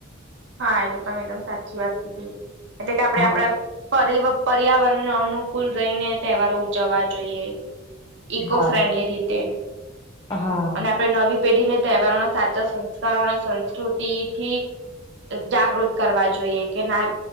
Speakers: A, on the right (about 60°); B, on the left (about 20°).
A: હા એ તો તમે એકદમ સાચી વાત કીધી એટલે કે આપડે
B: હા
A: આપડા પર્યા પર્યાવરણને અનુકૂળ રહીને તહેવારો ઉજવવા જોઈએ. ઇકો
B: હા
A: ફ્રેન્ડલી રીતે.
B: હા.
A: અને આપણે નવી પેઢીને તહેવારોના સાચા સંસ્કારો અને સંસ્કૃતિથી તો જાગૃત કરવા જોઈએ કે ના